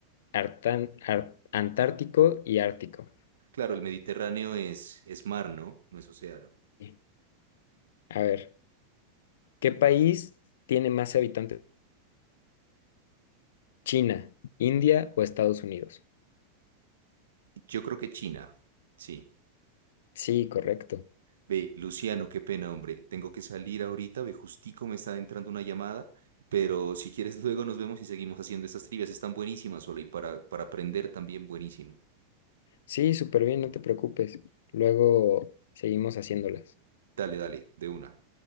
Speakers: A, on the left; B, on the right.
A: Artán- Ar- Antártico y Ártico.
B: Claro, el Mediterráneo es, es mar, ¿no? No es océano.
A: Sí. A ver, ¿qué país tiene más habitantes? ¿China, India o Estados Unidos?
B: Yo creo que China, sí.
A: Sí, correcto.
B: Ve, Luciano, qué pena, hombre. Tengo que salir ahorita, ve, justico me está entrando una llamada, pero si quieres luego nos vemos y seguimos haciendo estas trivias. Están buenísimas, Ole, y para, para aprender también buenísimo.
A: Sí, súper bien, no te preocupes. Luego seguimos haciéndolas.
B: Dale, dale, de una.